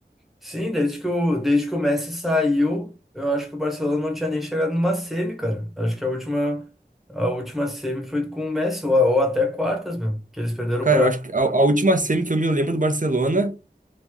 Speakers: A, in the centre; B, on the right.
A: Sim, desde que o, desde que o Messi saiu, eu acho que o Barcelona não tinha nem chegado numa semi, cara. Acho que a última, a última semi foi com o Messi, ou, ou até quartas, meu. Que eles perderam
B: Cara,
A: pra.
B: eu acho que a, a última semi que eu me lembro do Barcelona